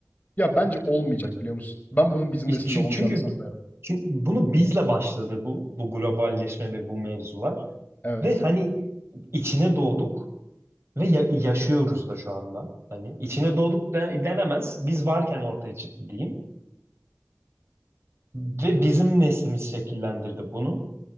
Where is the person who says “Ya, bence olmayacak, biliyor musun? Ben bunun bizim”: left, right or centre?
Left